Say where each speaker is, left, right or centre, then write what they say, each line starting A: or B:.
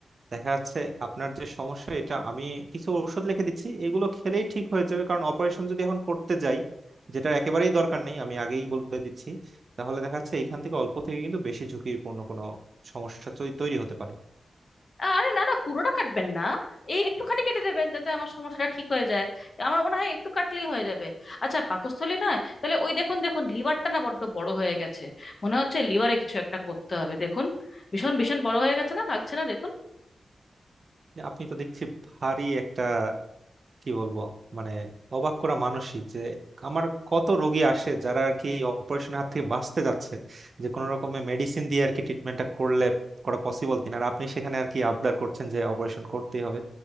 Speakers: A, on the right (about 55°); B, on the left (about 50°).
A: দেখা যাচ্ছে আপনার যে সমস্যা এটা আমি কিছু ওষুধ লিখে দিচ্ছি এগুলো খেলেই ঠিক হয়ে যাবে কারণ অপারেশন যদি এখন করতে যাই যেটার একেবারেই দরকার নেই আমি আগেই বলে দিচ্ছি তাহলে দেখা যাচ্ছে এখান থেকে অল্প থেকে কিন্তু বেশি ঝুঁকিপূর্ণ কোনো সমস্যা তৈ- তৈরি হতে পারে
B: আরে না না পুরোটা কাটবেন না এই একটুখানি কেটে দেবেন যাতে আমার সমস্যাটা ঠিক হয়ে যায় আমার মনে হয় একটু কাটলেই হয়ে যাবে আচ্ছা পাকস্থলী নয় তাহলে ওই দেখুন দেখুন লিভারটা না বড্ড বড় হয়ে গেছে মনে হচ্ছে লিভারে কিছু একটা করতে হবে দেখুন ভীষণ ভীষণ বড় হয়ে গেছে না লাগছে না দেখুন
A: যে আপনি তো দেখছি ভারী একটা কি বলবো মানে অবাক করা মানসিক যে আমার কত রোগী আসে যারা আর কি অপারেশন হাত থেকে বাঁচতে যাচ্ছে যে কোনো রকমের মেডিসিন দিয়ে আর কি ট্রিটমেন্টটা করলে করা পসিবল কিনা আর আপনি সেখানে আর কি আবদার করছেন যে অপারেশন করতেই হবে